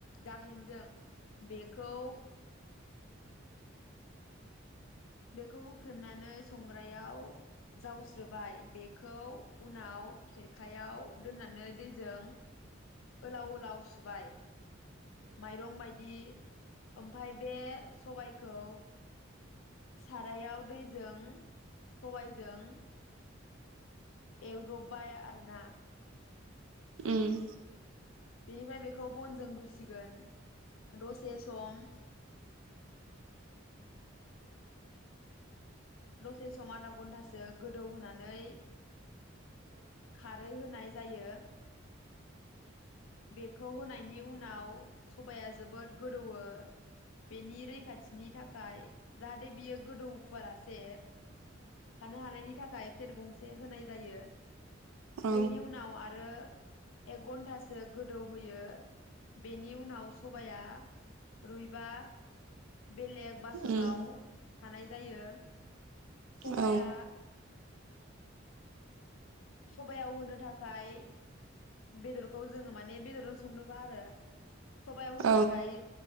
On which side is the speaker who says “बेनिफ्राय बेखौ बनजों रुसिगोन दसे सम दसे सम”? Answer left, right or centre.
Left